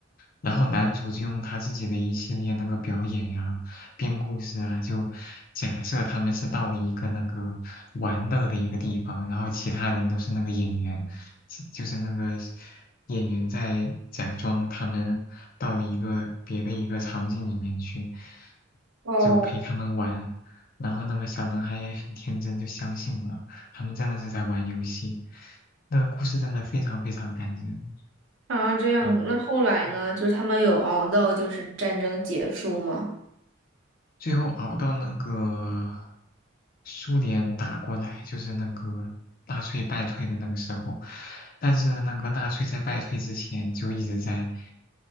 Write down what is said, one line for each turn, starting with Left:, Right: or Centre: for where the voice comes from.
Left: 然后男主就用他自己的一系列那个表演呀、编故事啊，就假设他们是到了一个那个玩乐的一个地方，然后其他人都是那个演员，其就是那个演员在假装他们到了一个别的一个场景里面去，
Right: 哦，
Left: 就陪他们玩。然后那个小男孩也很天真，就相信了，他们真的是在玩游戏。那个故事真的非常非常感人，
Right: 啊，这样子。
Left: 嗯，
Right: 那后来呢？
Left: 嗯
Right: 就是他们有熬到就是战争结束吗？
Left: 最后熬到那个苏联打过来，就是那个纳粹败退的那个时候，但是那个纳粹在败退之前就一直在，